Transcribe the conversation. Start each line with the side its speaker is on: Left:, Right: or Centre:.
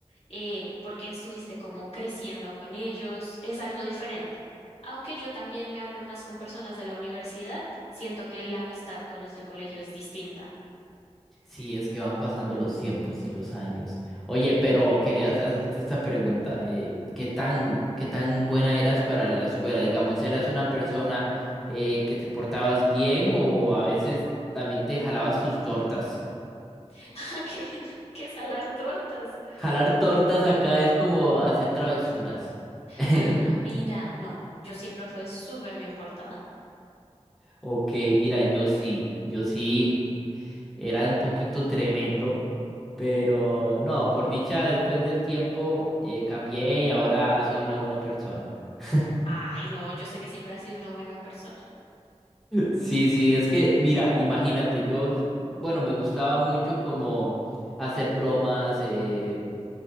Left: eh, porque estuviste como creciendo con ellos, es algo diferente. Aunque yo también me hablo más con personas de la universidad, siento que la amistad con los del colegio es distinta.
Centre: Sí, es que van pasando los tiempos y los años. Oye, pero querías hacerte esta pregunta. eh, ¿qué tan, qué tan buena eras para la escuela? Digamos, ¿eras una persona eh, que te portabas bien o a veces también te jalabas tus tortas?
Left: <laughs> que, que es jalar tortas.
Centre: Jalar tortas acá es como hacer travesuras. <laughs>
Left: Ah, mira, no, yo siempre fui súper bien portada.
Centre: Ok, mira, yo sí, yo sí era un poquito tremendo, pero no, por dicha, después del tiempo eh, cambié y ahora soy una buena persona. <laughs>
Left: Ay, no, yo sé que siempre has sido una buena persona.
Centre: Sí, sí, es que, mira, imagínate, yo, s- bueno, me gustaba mucho como hacer bromas, eh,